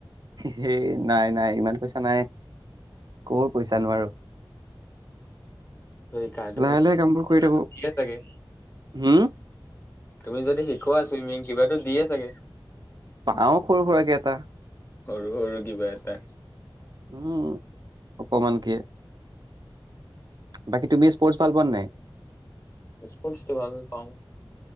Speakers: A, on the right (about 50°); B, on the left (about 25°).
A: হেই নাই নাই ইমান পইচা নাই, কৰ পইচা নোৱাৰো
B: ত' শিকা তুমি
A: লাহে লাহে কামবোৰ কৰি থাকো,
B: দিয়ে চাগে
A: হম
B: তুমি যদি শিকোৱা চুইমিং কিবাতো দিয়ে চাগে?
A: পাও সৰু সুৰাকে এটা।
B: সৰু-সৰু কিবা এটা
A: উম, অকমানকে বাকী তুমি স্পৰ্টছ ভাল পোৱা নে নাই?
B: স্পৰ্টছটো ভাল পাওঁ